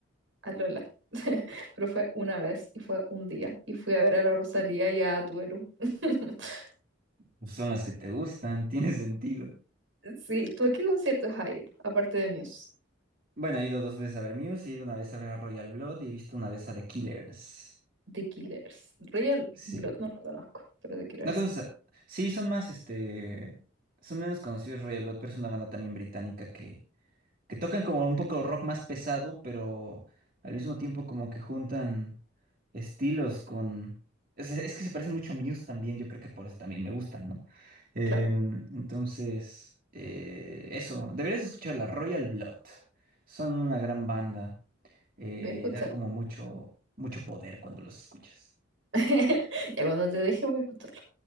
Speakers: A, on the right; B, on the right.
A: a Lola. <laughs> Pero fue una vez y fue un día y fui a ver a la Rosalía y a Tuelu. <laughs>
B: Pues son las que te gustan, <laughs> tiene sentido.
A: Sí, ¿tú a qué conciertos has ido? Aparte de Muse,
B: Bueno, he ido dos veces a ver Muse, he ido una vez a ver a Royal Blood y he visto una vez a The Killers.
A: The Killers. Royal
B: Sí.
A: Blood no lo conozco, pero The Killers
B: No conoces
A: sí.
B: a- Sí, son más, este... Son menos conocidos Royal Blood, pero es una banda también británica que que tocan como un poco rock más pesado, pero al mismo tiempo como que juntan estilos con... Es, es que se parecen mucho a Muse también, yo creo que por eso también me gustan, ¿no? Em,
A: Claro,
B: entonces, eh, eso, deberías escuchar la Royal Blood. Son una gran banda. Eh,
A: voy a escuchar.
B: da como mucho, mucho poder cuando los escuchas.
A: <laughs> Ya cuando te deje voy a escucharlo.